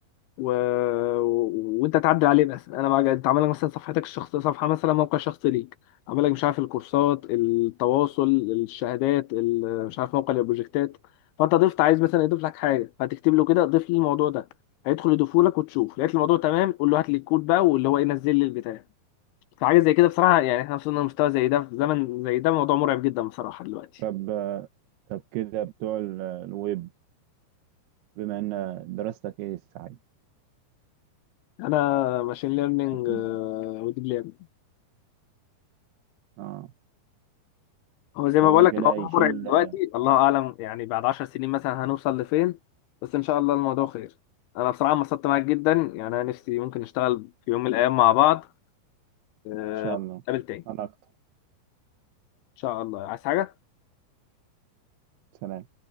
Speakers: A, on the left (about 75°); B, on the right (about 75°).
A: و... و- وانت تعدل عليه مثلا انا ما انت عامل لك مثلا صفحتك الشخصيه صفحه مثلا موقع شخصي ليك عامل لك مش عارف الكورسات التواصل الشهادات ال- مش عارف موقع البروجكتات فانت ضفت عايز مثلا يضيف لك حاجه هتكتب له كده ضيف لي الموضوع ده هيدخل يضيفه لك وتشوف لقيت الموضوع تمام قول له هات لي الكود بقى واللي هو ينزل لي البتاع فحاجه زي كده بصراحه يعني احنا وصلنا لمستوى زي ده في زمن زي ده موضوع مرعب جدا بصراحه دلوقتي
B: طب طب كده بتوع ال- الويب بما ان دراستك ايه صحيح
A: انا ماشين ليرنينج
B: كنت بتدرس؟
A: وديب
B: اه
A: هو زي
B: طب
A: ما
B: هو
A: بقول لك
B: كده
A: الموضوع
B: يشيل
A: مرعب دلوقتي
B: ان
A: الله اعلم يعني بعد 10 سنين مثلا هنوصل لفين بس ان شاء الله الموضوع خير انا بصراحه انبسطت معاك جدا يعني انا نفسي ممكن نشتغل في يوم من الايام مع بعض آه،
B: شاء الله
A: نتقابل تاني ان
B: انا اكتر
A: شاء الله عايز حاجه
B: سلام